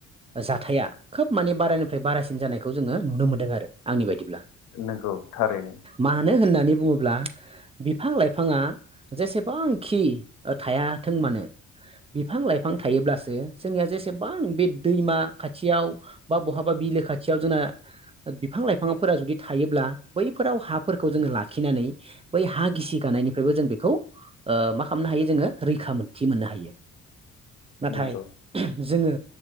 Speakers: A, on the right; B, on the left.
A: जाथाया खोब माने बारानिफ्राय बारासिन जानायखौ जोङो नुनो मोन्दों आरो आंनि बायदिब्ला।
B: नोंगौ थारैनो
A: मानो होननानै बुङोब्ला बिफां लाइफाङा जेसेबांखि थायाथों मानो बिफां लाइफां थायोब्लासो जोंनिया जेसेबां बे दैमा खाथियाव बा बहाबा बिलो खाथियाव जोंना बिफां लाइफ बिफांफोरा जुदि थायोब्ला बैफोराव हाफोरखौ जोङो लाखिनानै बै हा गिसि गानायनिफ्रायबो जों बेखौ ओ मा खालामनो हायो जोङो रैखा मोनथि मोननो हायो नाथाय
B: नंगौ
A: जोङो